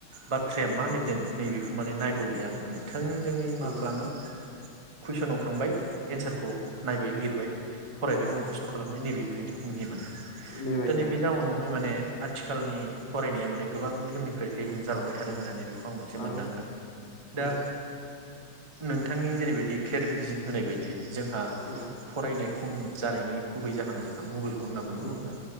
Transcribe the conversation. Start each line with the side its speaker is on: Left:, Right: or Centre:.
Right: बाथ्राया मा लिरदों। नैबेखौ माने नायबावलियानो
Left: उम
Right: माने थोंजोङै माख
Left: उम
Right: खालामो। कुइसनाव थांबाय एन्सारखौ नायबाय लिरबाय। फरायबाय
Left: औ
Right: मखस्थ' खालामबाय नैबेब <unintelligible>
Left: बेबायदि
Right: दोनै बे
Left: औ
Right: जाउनावहाय माने। आथिखालनि फरायनाया माने गोबां लेहेमनिफ्राय लेहेम जालांबाय थादों आरो नैबख खौ आं मोनसे मोनदांदों
Left: औ
Right: दा।
Left: उम
Right: नोंथांनि जेरैबायदि कलियारिफिकेसन होनाय बायदि जोंहा
Left: उम
Right: फरायनाय खम जानायनि गुबै जाहोन जोंहा मुलुग होनना बुङो नङा
Left: उम
Right: होमबा